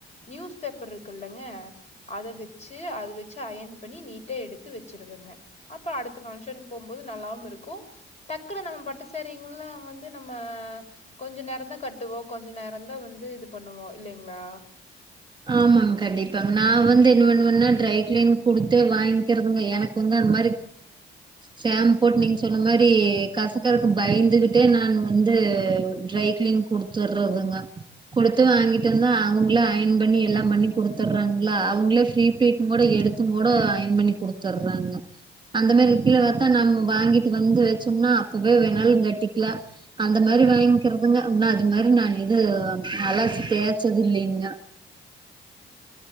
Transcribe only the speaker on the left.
நியூஸ் பேப்பர் இருக்கு இல்லைங்க அதை வச்சு அதை வச்சு அயன் பண்ணி நீட்டா எடுத்து வச்சிருவேங்க அப்புறம் அடுத்த ஃபங்க்ஷனுக்கு போம்போது நல்லாவும் இருக்கும் டக்குனு நம்ம பட்டு சாரீ புல்லா வந்து நம்ம கொஞ்ச நேரம் தான் கட்டுவோம் கொஞ்ச நேரம் தான் வந்து இது பண்ணுவோம் இல்லைங்களா